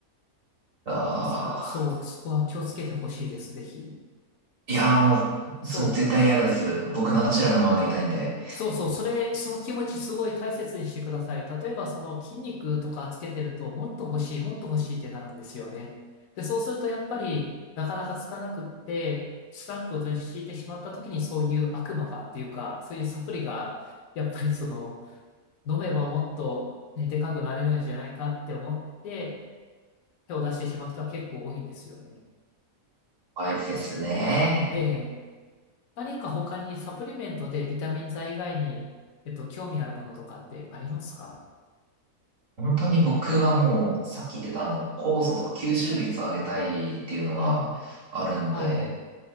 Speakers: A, on the right (about 65°); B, on the left (about 70°).
A: ああ。
B: ですから、そう、そこは気をつけてほしいです、ぜひ。
A: いやーもう、
B: そう。
A: その絶対嫌です。僕ナチュラルなままでいたいんで。
B: そうそう、それ、その気持ちすごい大切にしてください。例えば、その筋肉とかつけてると、もっと欲しい、もっと欲しいってなるんですよね。で、そうすると、やっぱり、なかなかつかなくって、スランプを敷いてしまった時に、そういう悪魔がっていうか、そういうサプリが、やっぱりその、飲めばもっと、ね、でかくなれるんじゃないかって思って、手を出してしまう人は結構多いんですよね。
A: 怖いですね。
B: ええ、何か他にサプリメントでビタミン剤以外に、えっと、興味あるものとかってありますか
A: 本当に僕はもう、さっき言ってたあの、酵素とか吸収率を上げたいっていうのがあるんで、
B: ああ、はい。